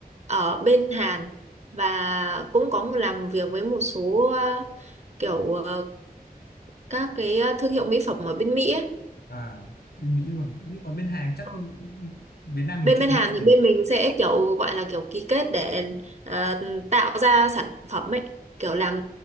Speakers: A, on the right; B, on the left.
A: ở bên Hàn và cũng có một- làm việc với một số ờ, kiểu ờ, các cái ờ, thương hiệu mỹ phẩm ở bên Mỹ ấy.
B: à bên Mỹ luôn nhưng mà bên hàng chắc
A: Ừ.
B: Việt Nam mình
A: bên
B: trộn
A: bên Hàn thì
B: nhỉ?
A: bên mình sẽ kiểu gọi là kiểu ký kết để ờ, tạo ra sản phẩm ấy kiểu làm